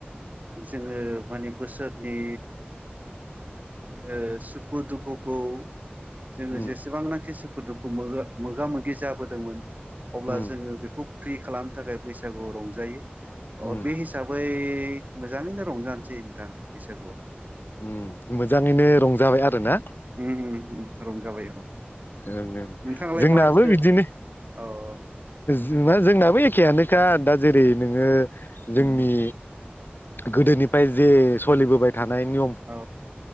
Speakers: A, on the right; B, on the left.
A: जोङो माने बोसोरनि ओ सुखु दुखुखौ जोङो
B: उम
A: जेसेबांनाखि सुखु दुखु मोगा मोगि जाबोदोंमोन अब्ला
B: उम
A: जोङो बेखौ फ्रि खालामनो थाखाय बैसागु रंजायो अ
B: उम
A: बे हिसाबै मोजाङैनो रंजानोसै नोंथां बैसागुआव।
B: ओम मोजाङैनो रंजाबाय आरो ना?
A: ओम ओम ओ रंजाबाय औ
B: ओं ओं
A: नोंथाङालाय
B: जोंनाबो
A: माबायदिथो
B: बिदिनो
A: औ
B: जोंनाबो एखेआानोखा दा जेरै नोङो जोंनि
A: उम
B: गोदोनिफ्राय जे सोलिबोबाय थानायनि
A: औ